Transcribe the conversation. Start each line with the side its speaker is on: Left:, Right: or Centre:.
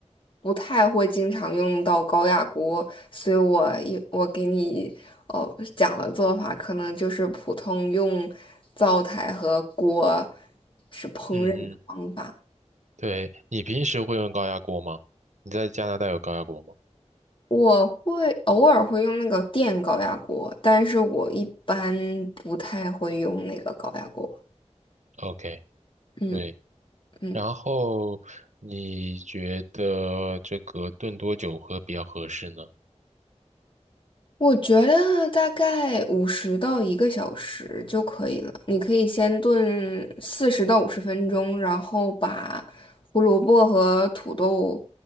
Left: 不太会经常用到高压锅，所以我一我给你哦讲的做法，可能就是普通用灶台和锅是烹饪的方法。
Right: 嗯哼。对，你平时会用高压锅吗？你在加拿大有高压锅吗
Left: 我会偶尔会用那个电高压锅，但是我一般不太会用那个高压锅。
Right: ？OK，
Left: 嗯
Right: 对。
Left: 嗯。
Right: 然后你觉得这个炖多久喝比较合适呢？
Left: 我觉得大概五十到一个小时就可以了。你可以先炖四十到五十分钟，然后把胡萝卜和土豆